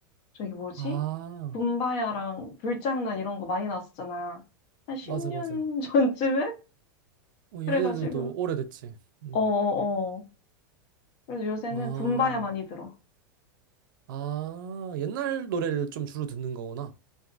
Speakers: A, on the left (about 50°); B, on the right (about 65°).
A: 저기 뭐지?
B: 아,
A: 붐바야랑 불장난 이런 거 많이 나왔었잖아. 한 10년
B: 맞아, 맞아.
A: <laughs> 전쯤에?
B: 어,
A: 그래가지고.
B: 얘네들도 오래됐지. 음.
A: 어어어. 그래서 요새는
B: 아,
A: 붐바야 많이 들어.
B: 아, 옛날 노래를 좀 주로 듣는 거구나.